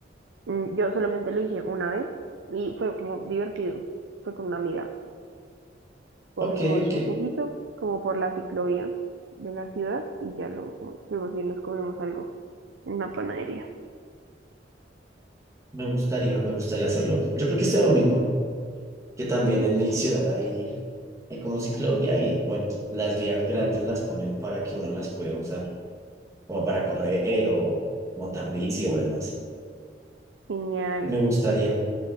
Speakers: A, on the right; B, on the right.
A: Mm, Yo solamente lo hice una vez y fue como divertido. Fue con una amiga. Corrimos
B: Ok, ok.
A: un poquito, como por la ciclovía de la ciudad y ya luego fuimos y nos comimos algo en una panadería.
B: Me gustaría, me gustaría hacerlo. Yo creo que este domingo, que también
A: Sí,
B: en mi ciudad hay, hay como ciclovía y bueno, las vías grandes las ponen para que uno las pueda usar, como para correr o montar bici o demás.
A: genial.
B: Me gustaría.